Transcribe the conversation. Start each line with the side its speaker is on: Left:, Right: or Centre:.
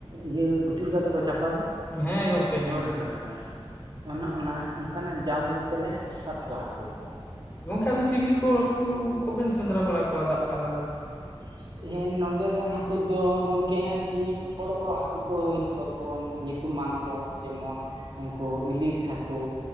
Right: ᱤᱭᱟᱹ ᱩᱹᱪᱩᱨ ᱠᱟᱛᱮ ᱠᱚ ᱪᱟᱯᱟᱫᱟ?
Left: ᱦᱮᱸ ᱜᱚᱝᱠᱮ ᱦᱮᱸ
Right: ᱦᱳᱭ ᱦᱳᱭ
Left: ᱦᱮᱸ
Right: ᱦᱳᱭᱮ ᱾ ᱚᱱᱟ ᱚᱱᱟ ᱚᱸᱠᱟᱱᱟᱜ ᱡᱟᱞ ᱠᱚᱛᱮ ᱞᱮ ᱥᱟᱵ ᱠᱚᱣᱟ ᱦᱟᱠᱩ ᱠᱚ ᱾
Left: ᱜᱚᱝᱠᱮ ᱟᱫᱚ ᱪᱤᱞᱤ ᱠᱚ ᱦᱟᱹᱠᱩ ᱠᱚ ᱵᱮᱱ ᱥᱮᱸᱫᱽᱨᱟ ᱵᱟᱲᱟ ᱠᱚᱣᱟ ᱫᱟᱜ ᱛᱟᱞᱟ ᱨᱮ?
Right: <inaudible> ᱦᱮᱸ ᱱᱚᱸᱰᱮ ᱨᱮᱱ ᱦᱟᱹᱠᱩ ᱫᱚ ᱜᱚᱝᱠᱮᱸ ᱟᱹᱰᱤᱸ ᱵᱚᱲᱚ ᱵᱚᱲᱚ ᱦᱟᱹᱠᱩ ᱠᱚ ᱦᱤᱡᱩᱜ-ᱟᱠ- ᱠᱚ ᱧᱩᱛᱩᱢᱟᱱ ᱠᱚ ᱡᱮᱢᱚᱱ ᱩᱸᱠᱩ ᱤᱞᱤᱥ ᱦᱟᱹᱠᱩ,